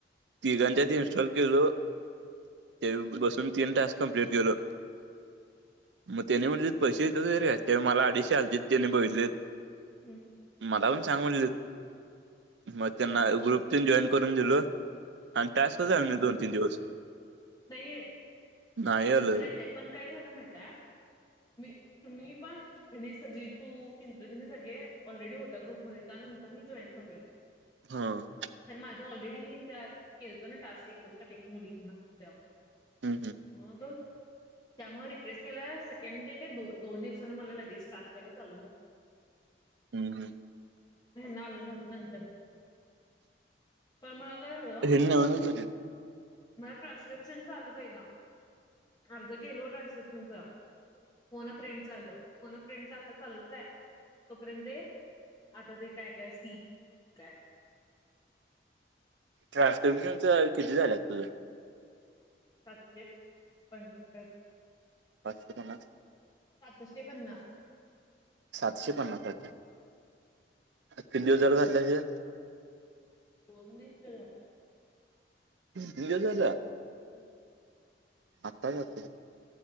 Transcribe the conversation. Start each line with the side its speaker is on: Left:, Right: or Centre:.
Right: तिघांच्या त इन्स्टॉल गे बसून तीन टास्क कंप्लीट केलो मग त्याने म्हटले पैसे येतात वगरे मला अडीचशे हलते त्याने बघितले
Left: हम् हं
Right: मला पण सांग म्हट मग त्यांना ग्रुप जॉईन करून दिल आणि टास्क झालं दोन तीन दिवस
Left: नाही येत
Right: नाही
Left: नंतर
Right: आलं
Left: येत पण काय झालं माहित आहे मी मी पण आणिनी सगळी तू सिनी सगळे ऑलरेडी होता ग्रुप मध्ये त्यानंतर मी जॉईन झालोय
Right: हा हम्म
Left: तर माझा ऑलरेडी मी त्या खेळतो ना टास् एकदम सा मुलींनात
Right: हम्म
Left: मगर त्यामुळे रिक्वेस्ट केला सेकंड डे काय दो दोन दिवसाांना मला लगेच स्टट या्यायला ल झालं
Right: हम् हम्
Left: नाल नवत नंतर पण मला काय हो
Right: आणत होती ू
Left: मला ट्रान्स्क्रिप्शन चा आलं पहिला अर्ज केल ट्रान्सक्रिप्शनचा कोन फ्रेंड आलं फोन फ्रेंड आता चालूच आहे तोपर्यंत आता ते काय काय सी काय काय होतं ते
Right: ट्रानस्क्रीप्शन च किती झालं तुझं
Left: सातशे पन्नास का
Right: वाच त ना
Left: सातशे पन्नास
Right: सातशे पन्नासे किती हजार झाल्याचे
Left: दोन दिन केलं
Right: त झाला
Left: हम्म
Right: आताच अस